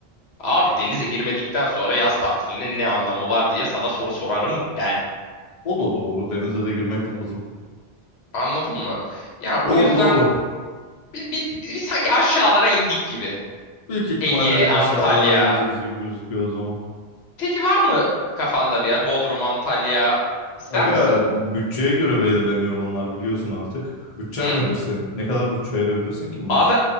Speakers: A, on the left; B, on the left.
A: Abi denize girmedikten sonra yaz tatilinin ne anlamı var diye sana soru sorarım ben.
B: O da doğru. Denize de girmek lazım.
A: Anladın mı? Ya o
B: Doğru
A: yüzden
B: doğru.
A: Biz, biz, biz sanki aşağılara indik gibi.
B: Büyük ihtimalle
A: Ege,
B: bir
A: Antalya.
B: aşağılara ineceğiz gibi gözüküyor o zaman.
A: Peki var mı kafanda bir yer? Bodrum, Antalya ister
B: Aga
A: misin?
B: bütçeye göre belirleniyor onlar biliyorsun artık. Bütçen
A: Hı?
B: nedir senin? Ne kadar bütçe ayırabilirsin ki bunun
A: Abi
B: için?